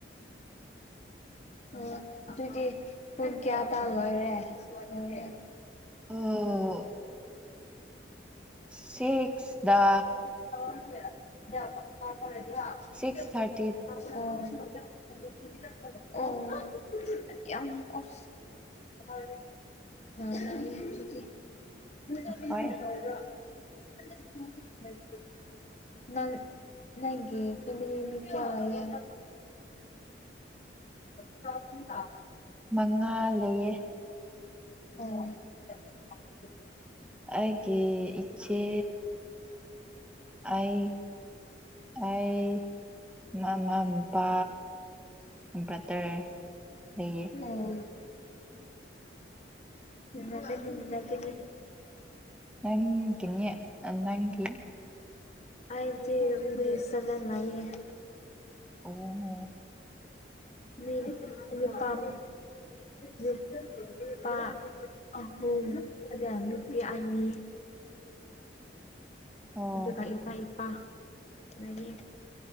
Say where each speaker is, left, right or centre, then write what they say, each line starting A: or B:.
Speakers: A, on the left; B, in the centre.
A: ꯑꯣ ꯑꯗꯨꯗꯤ ꯄꯨꯡ ꯀꯌꯥꯗ ꯂꯣꯏꯔꯦ ꯂꯣꯏꯔꯦ
B: ꯑꯣ ꯁꯤꯛꯁꯗꯥ
A: <unintelligible>
B: ꯁꯤꯛꯁ ꯊꯔꯇꯤ
A: ꯑꯣ ꯑꯣ ꯌꯥꯝ ꯀ ꯂꯅꯛꯇꯤ <unintelligible>
B: ꯍꯣꯏ
A: ꯅ ꯅꯒꯦ ꯐꯃꯤꯃꯤ ꯀꯌꯥ ꯌꯥ ꯆ ꯇ
B: ꯃꯉꯥ ꯂꯩꯌꯦ
A: ꯑꯣ
B: ꯑꯩꯒꯤꯦ ꯏꯆꯦ ꯑꯩ ꯑꯩ ꯃꯃꯥ ꯃꯄꯥ ꯌꯥꯝꯝꯕꯠꯇꯔ ꯂꯩꯌꯦ
A: ꯑꯣ ꯟꯅꯗꯅꯤ ꯅꯤꯡꯟꯅꯗꯅꯤ
B: ꯅꯪꯒꯤꯅꯤ ꯅꯪꯒꯤꯤ
A: ꯑꯥꯏꯗꯤꯦ ꯃꯤ ꯁꯒꯅ ꯂꯩꯌꯦꯦ
B: ꯑꯣ
A: ꯃꯤ ꯅꯨꯄꯥꯃꯤ ꯅꯨ ꯅꯨꯄꯥ ꯑꯍꯨꯝ ꯑꯗꯨꯒ ꯅꯨꯄꯤ ꯑꯅꯤ
B: ꯑꯣ
A: ꯑꯗꯨꯒ ꯏꯃꯥ ꯏꯄꯥꯒꯤ